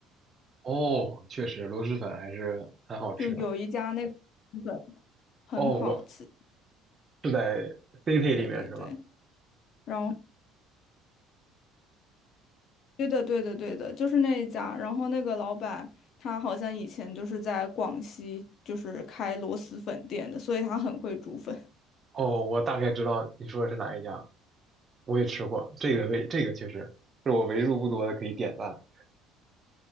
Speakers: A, on the right (about 20°); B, on the left (about 45°).
A: 哦，确实螺蛳粉还是很好吃的。
B: 就有一家那个螺蛳粉很好吃。
A: 哦，我是在 City
B: 对对对，
A: 里面是吗？
B: 然后对的对的对的，就是那一家。然后那个老板他好像以前就是在广西就是开螺蛳粉店的，所以他很会煮粉。
A: 哦，我大概知道你说的是哪一家，我也吃过，这个味，这个确实是我为数不多的可以点赞。